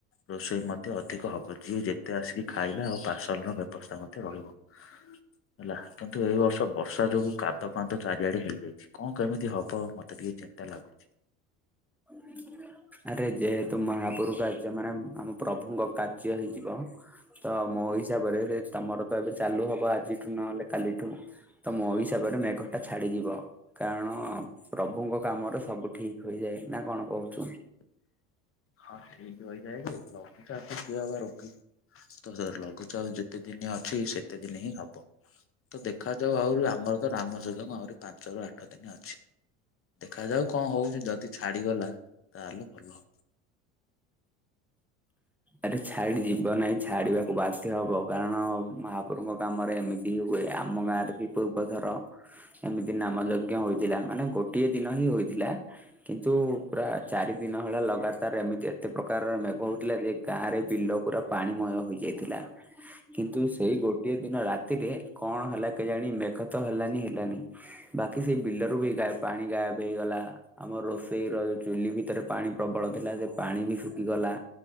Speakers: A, on the left; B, in the centre.
A: ରୋଷେଇ ମଧ୍ୟ ଅଧିକ ହବ। ଯିଏ ଯେତେ ଆସିକି ଖାଇଲା, ଆଉ ପାର୍ସଲ ର ବ୍ୟବସ୍ଥା ମଧ୍ୟ ରହିବ। ହେଲା। କିନ୍ତୁ ଏଇ ବର୍ଷ ବର୍ଷା ଯୋଗୁ କାଦ ପାଦ ଚା ଇଆଡେ ହେଇଯାଇଛି। କଣ, କେମିତି ହବ? ମତେ ଟିକେ ଚିନ୍ତା ଲାଗୁଛି।
B: <unintelligible> ଆରେ ଯେହେତୁ ମହାପୁରୁକା ଯେମାନେ, ଆମ ପ୍ରଭୁଙ୍କ କାର୍ଯ୍ୟ ହେଇ ଯିବ ତ ମୋ ହିସାବରେ, ସେ ତମର ତ ଏବେ ଚାଲୁ ହବ ଆଜି ନହେଲେ କାଲିଠୁ ତ ମୋ ହିସାବରେ ମେଘ ଟା ଛାଡିଯିବ କାରଣ ପ୍ରଭୁଙ୍କ କାମରେ ସବୁ ଠିକ ହୋଇଯାଏ। ନା କଣ କହୁଚ?
A: ହଁ ଠିକି ହୋଇଯାଏ ଯେ ଲଘୁଚାପ କିଏ ଅବା ରୋକେ। ତ ଲଘୁଚାପ ଯେତେ ଦିନି ଅଛି ସେତେ ଦିନି ହିଁ ହବ। ତ ଦେଖାଯାଉ ଆହୁରି ଆମର ତ ରାମ ଯଂଜ୍ଞ ଆହୁରି ପାଞ୍ଚରୁ ଆଠ ଦିନି ଅଛି। ଦେଖାଯାଉ କଣ ହଉଛି ଯଦି ଛାଡିଗଲା ତାହେଲେ ଭଲ।
B: ଆରେ ଛାଡି ଯିବ ନାହିଁ ଛାଡିବାକୁ ବାଧ୍ୟ ହବ। କାରଣ ମାହାପୁରୁଙ୍କ କାମରେ ଏମିତିହି ହୁଏ ଆମ ଗାଁ ରେ ବି ପୂର୍ବଥର ଏମିତି ନାମ ଯଜ୍ଞ ହୋଇଥିଲା ମାନେ ଗୋଟିଏ ଦିନ ହିଁ ହୋଇଥିଲା। କିନ୍ତୁ ପ୍ରାଏ ଚାରି ଦିନ ଭଳିଆ ଲଗାତାର ଏମିତି ଏତେ ପ୍ରକାର ମେଘ ହଉଥିଲା ଯେ ଗାଁ ରେ ବିଲ ପୁରା ପାଣିମୟ ହେଇଯାଇଥିଲା କିନ୍ତୁ ସେଇ ଗୋଟିଏ ଦିନ ରାତିରେ କଣ ହେଲା କେଜାଣି ମେଘତ ହେଲାନି ହେଲାନି ବାକି ସେଇ ବିଲରୁବି ଗା ପାଣି ଗାଏବ ହେଇଗଲା। ଆମ ରୋଷେଇ ର ଚୁଲି ଭିତରେ ପାଣି ପ୍ରବଳ ଥିଲା ଯେ ପାଣି ବି ଶୁଖିଗଲା।